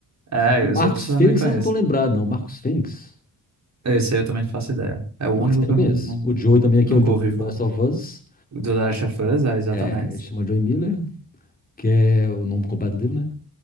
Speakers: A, on the right (about 45°); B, on the left (about 25°).
A: É,
B: O Marcos
A: os outros também
B: Fênix
A: conheço.
B: eu não tô lembrado, não. Marcos Fênix?
A: Esse aí eu também não faço ideia. É o
B: O
A: único
B: Max Payne
A: que
B: eu
A: eu
B: conheço.
A: não, não-
B: O Joey também aqui
A: nunca
B: é o Joey
A: ouvi
B: do
A: falar.
B: The Last of Us.
A: O do Last of Us, é, exatamente.
B: É, ele chama Joey Miller, que é o nome completo dele, né?